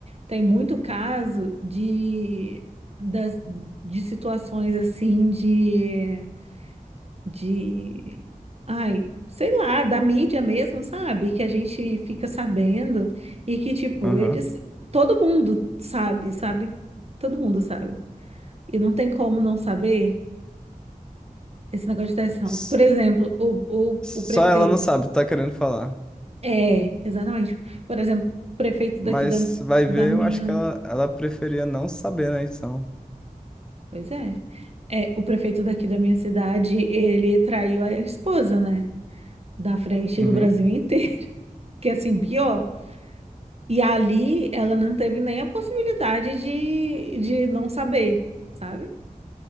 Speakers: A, on the right; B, in the centre.
A: Tem muito caso de, das, de situações assim de, de, ai, sei lá, da mídia mesmo, sabe? Que a gente fica sabendo e que, tipo,
B: Aham.
A: eles, todo mundo sabe, sabe? Todo mundo sabe. E não tem como não saber esse negócio de traição.
B: S-
A: Por exemplo, o, o,
B: Só
A: o prefeito.
B: ela não sabe, tá querendo falar.
A: É, exatamente. Por exemplo, o prefeito daqui
B: Mas
A: da,
B: vai
A: da
B: ver,
A: minha.
B: eu acho que ela, ela preferia não saber, né? Então.
A: Pois é. É, o prefeito daqui da minha cidade, ele traiu a esposa, né? Da frente
B: Uhum.
A: do Brasil inteiro, <laughs> que é assim, pior. E ali ela não teve nem a possibilidade de, de não saber, sabe?